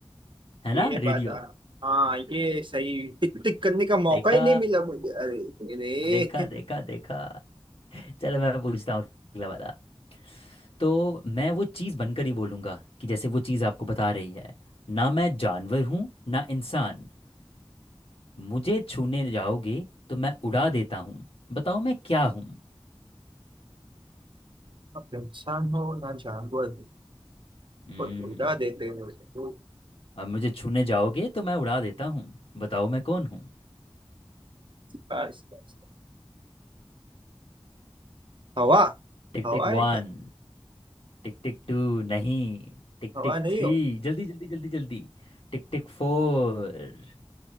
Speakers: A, on the left; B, on the right.
A: है
B: ये
A: ना रेडियो
B: बात आ हाँ ये सही टिक टिक करने का मौका
A: देखा
B: ही नहीं मिला मुझे अरे मेरे
A: देखा देखा देखा चलो मैं पूछता हूँ अगला वाला तो मैं वो चीज़ बनकर ही बोलूँगा कि जैसे वो चीज़ आपको बता रही है ना मैं जानवर हूँ ना इंसान मुझे छूने जाओगे तो मैं उड़ा देता हूँ बताओ मैं क्या हूँ
B: अब इंसान हो ना जानवर हो,
A: हम्म।
B: तो उड़ा देते हो
A: अब मुझे छूने जाओगे तो मैं उड़ा देता हूँ बताओ मैं कौन हूँ
B: बस बस हवा
A: Tick
B: हवा
A: tick
B: है
A: one
B: क्या
A: tick tick two नहीं टिक
B: हवा
A: टिक
B: नहीं
A: थ्री
B: हो
A: जल्दी जल्दी जल्दी जल्दी टिक टिक फोर